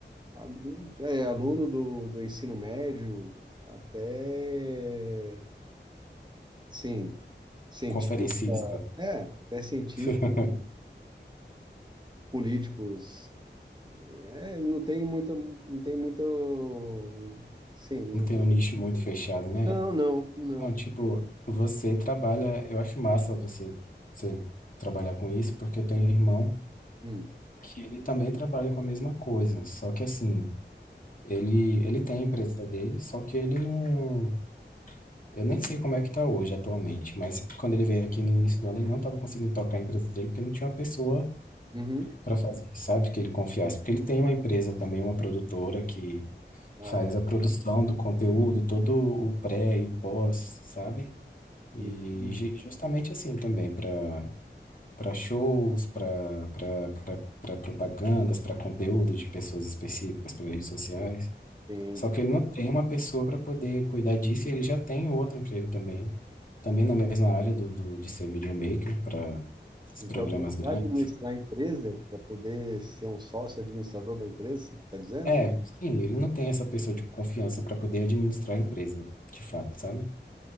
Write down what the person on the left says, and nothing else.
Conferencista.
<laughs>
Não
tem
um nicho muito fechado, né?
Não, tipo, você trabalha, eu acho massa você, você trabalhar com isso, porque eu tenho um irmão
que ele também trabalha com a mesma coisa, só que assim, ele, ele tem a empresa dele, só que ele não Eu nem sei como é que tá hoje atualmente, mas quando ele veio aqui no início do ano, ele não estava conseguindo tocar a empresa dele porque não tinha uma pessoa
para fazer, sabe, que ele confiasse. Porque ele tem uma empresa também, uma produtora que
faz
a produção do conteúdo, todo o pré e o pós, sabe? E
ju- justamente assim também, para para shows, para para propagandas, para conteúdo de pessoas específicas, para redes sociais.
Só que ele não tem uma pessoa para poder cuidar disso e ele já tem outro emprego também também na mesma área do, do- de ser videomaker para esses
programas
grandes.
É, sim, ele não tem essa pessoa de confiança para poder administrar a empresa, de fato, sabe?